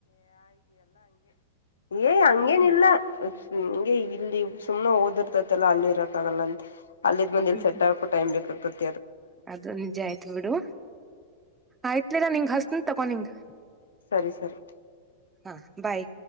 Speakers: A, on the left; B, on the right.
A: ಏ್ ಹಂಗೇನ
B: ಹ್ಮ್
A: ಇಿಲ್ಲ್ಮ ಇಲ್ಲಿ ಸುಮ್ನೆ ಓದಿರ್ತೈತಲ್ಲ ಅಲ್ಲಿ ಇರಕ್ಕಾಗಲ್ಲ ಅಂತ ಅಲ್ಲಿ ಬಂದ ಇಲ್ಲಿ
B: ಹ್ಮ್
A: ಸೆಟ್ ಆಗಕ ಟೈ್ ಬೇಕಾಗತದೆ
B: ಅದು ನಿಜ ಆಯ್ತ್ು ಬಿಡು ಆಯ್ತ್ಲಿಲ್ಲಾ ನಿಂಗ ಹಸತನ್ ತಗೊ ನಿಂಗ
A: ಸರಿ ಸರಿ
B: ಹಾ ಬಾಯ್